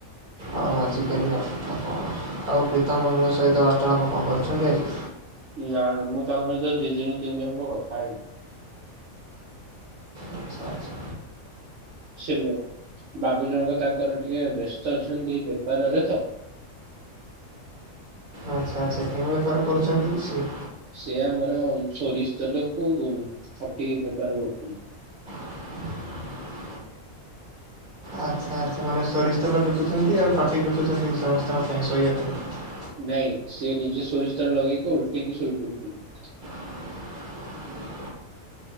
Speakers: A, on the right; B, on the right.
A: ଆଉ ଆଜିିକାଲି ଆଉ କଥା କଣ ଆଉ ପ୍ରୀତା ମଧଙ୍କ ସହିତ ବାର୍ତ୍ତାଳାପ କଣ କରିଛନ୍ତି ଆଜି?
B: ନା ନା ମୁଁ ତାଙ୍କ ସହିତ ଦିଦିନ ତିନଦିନ ହବ କଥା ହେଇନି।
A: ଆଚ୍ଛା ଆଚ୍ଛା
B: ଶିମ ବାବୁ ଜଣକ ତାଙ୍କର ଟିକେ ବ୍ୟସ୍ତ ଅଛନ୍ତି ବେପାରରେ ତ।
A: ଆଚ୍ଛା ଆଚ୍ଛା କି ବେପାର କରୁଛନ୍ତି କି ସିଏ?
B: ସେ ଆମର ସୋରିଷ ତେଲକୁ ଖଟିକି ବେପାର କରୁଛନ୍ତି।
A: <unintelligible> ଆଚ୍ଛା ଆଚ୍ଛା ମାନେ ସୋରିଷ ତେଲ ବିକୁଛନ୍ତି ଆଉ ଖଟି ବିକୁଛନ୍ତି ସମସ୍ତଙ୍କ ପାଇଁ ଶୋଇବା ପାଇଁ।
B: ନାଇଁ ସିଏ ନିଜେ ସୋରିଷ ତେଲ ଲଗେଇକି ଓଲଟେଇକି ଶୋଇପଡୁଛନ୍ତି।
A: <unintelligible>